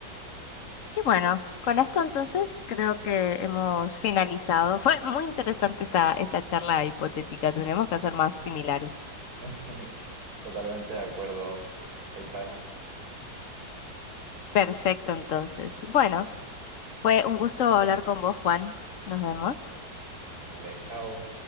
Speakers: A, on the left; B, on the right.
A: Y bueno, con esto entonces creo que hemos finalizado. Fue muy interesante esta, esta charla hipotética. Tenemos que hacer más similares.
B: <laughs> Totalmente de acuerdo, Aitana.
A: Perfecto, entonces. Bueno, fue un gusto
B: Vale,
A: hablar con vos, Juan. Nos vemos.
B: vale, chao.